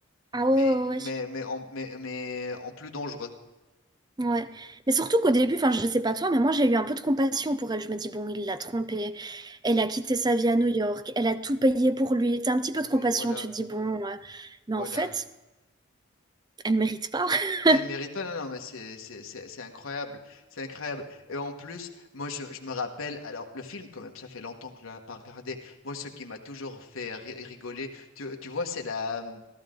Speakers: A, on the right; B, on the left.
A: Ah
B: mais,
A: ouais, ouais, ouais. ouais.
B: mais, mais, en, mais, mais en plus dangereux
A: Ouais, mais surtout qu'au début, enfin, je sais pas toi, mais moi j'ai eu un peu de compassion pour elle. Je me dis, bon, il l'a trompée, elle a quitté sa vie à New York, elle a tout payé pour lui. T'as un petit
B: pour
A: peu
B: lui,
A: de compassion,
B: voilà,
A: tu te dis, bon, euh, mais
B: voilà.
A: en fait, elle mérite pas. <laughs>
B: Elle mérite pas, non, non, mais c'est c'est- c'est- c'est incroyable, c'est incroyable. Et en plus, moi, je, je me rappelle, alors, le film, quand même, ça fait longtemps que je l'ai pas regardé. Moi, ce qui m'a toujours fait ri- rigoler, tu, tu vois, c'est la, mmh,